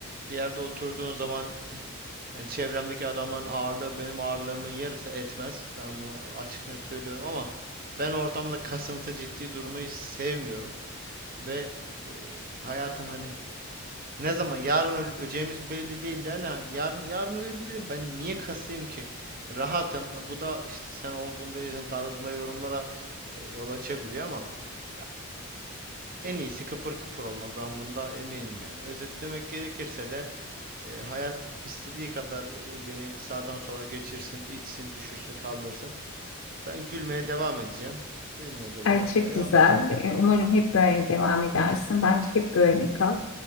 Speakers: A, on the right; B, on the left.
A: bir yerde oturduğun zaman e, yani çevremdeki adamların ağırlığı benim ağırlığımın yarısı etmez. Ben bunu açık net söylüyorum ama ben ortamda kasıntı ciddi durmayı sevmiyorum. Ve e, hayatın hani ne zaman yarın öleceğimiz belli değil derler. Hani yarın yarın ölebilirim. Ben niye kasayım ki? Rahatım. E, bu da işte sen olgun değilsin tarzında yorumlara e, yol açabiliyor ama ya en iyisi kıpır kıpır olmak. Ben bunda eminim yani. Özetlemek gerekirse de e, hayat istediği kadar e, beni sağdan sola geçirsin, itsin, düşürsün, kaldırsın. Ben gülmeye devam edeceğim. Elimden geleni
B: Ay
A: yapmaya
B: çok
A: devam
B: güzel.
A: edeceğim.
B: E, Umarım hep böyle devam edersin. Bence hep böyle kal.